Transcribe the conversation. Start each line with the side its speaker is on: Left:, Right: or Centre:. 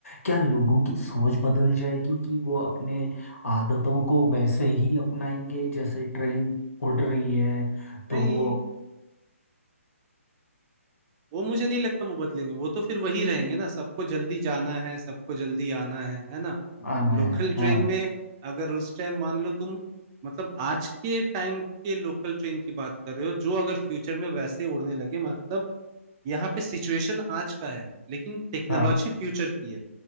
Left: क्या लोगों की सोच बदल जाएगी कि वो अपने आदतों को वैसे ही अपनाएंगे जैसे ट्रेन उड़ रही है तो
Right: नहीं
Left: वो
Right: वो मुझे नहीं लगता वो बदलेंगे वो तो फिर वही रहेंगे ना सबको जल्दी जाना है सबको जल्दी आना है है ना
Left: आना है
Right: लोकल
Left: हाँ
Right: ट्रेन में अगर उस टाइम मान लो तुम मतलब आज के टाइम के लोकल ट्रेन की बात कर रहे हो जो अगर फ्यूचर में वैसे उड़ने लगे मतलब यहाँ पे सिचुएशन आज का है लेकिन टेक्नोलॉजी
Left: हाँ
Right: फ्यूचर की है